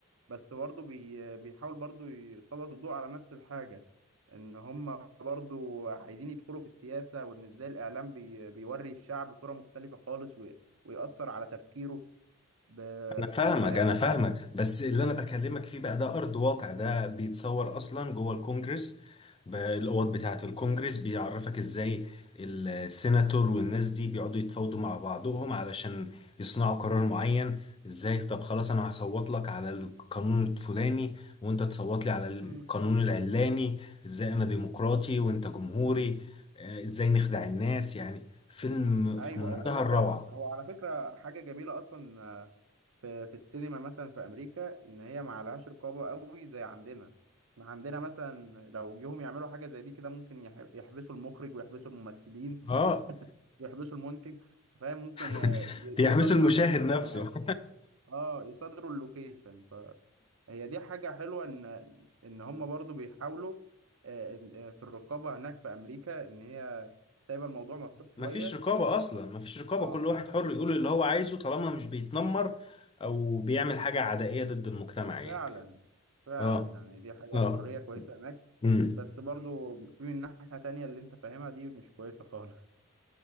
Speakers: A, on the right; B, on the left.
A: بس برضو بي... بيحاول برضو يسلط الضوء على نفس الحاجه ان هم برضو عايزين يدخلوا في السياسه وان ازاي الاعلام بي... بيوري الشعب صوره مختلفه خالص و... ويأثر على تفكيره ب...
B: انا فاهمك
A: انت فاهم؟
B: انا فاهمك بس اللي انا بكلمك فيه بقى ده ارض واقع ده بيتصور اصلا جوه الكونجرس ب- الاوض بتاعه الكونجرس بيعرفك ازاي السيناتور والناس دي بيقعدوا يتفاوضوا مع بعضهم علشان يصنعوا قرار معين ازاي طب خلاص انا هصوت لك على القانون الفلاني وانت تصوت لي على القانون
A: امم
B: العلاني ازاي انا ديمقراطي وانت جمهوري آه، ازاي نخدع الناس يعني فيلم
A: ايوه
B: في منتهى
A: ايوه انا
B: الروعة
A: فاهم هو على فكره حاجه جميله اصلا آه، في في السينما مثلا في امريكا ان هي ما عليهاش رقابه قوي زي عندنا احنا عندنا مثلا لو جيهم يعملوا حاجه زي دي كده ممكن يح- يحبسوا المخرج ويحبسوا الممثلين
B: اه
A: ويحبسوا المنتج فاهم ممكن
B: <laughs>
A: ي- ي-
B: يحبسوا
A: يصادروا
B: المشاهد
A: اللوكيشن
B: نفسه
A: كمان
B: <laughs>
A: اه يصادروا اللوكيشن فهي دي حاجه حلوه ان ان هم برضو بيحاولوا آه، إن- آه، في الرقابه هناك في امريكا ان هي سايبه الموضوع مفتوح شويه
B: مفيش رقابة أصلا مفيش رقابة
A: اه
B: كل واحد حر يقول اللي هو عايزه طالما مش بيتنمر أو بيعمل حاجة عدائية ضد المجتمع يعني
A: فعلا فعلا
B: اه
A: يعني دي حاجة
B: اه
A: الحرية كويسة هناك
B: امم
A: بس برضو في من ناحية تانية اللي انت فاهمها دي مش كويسة خالص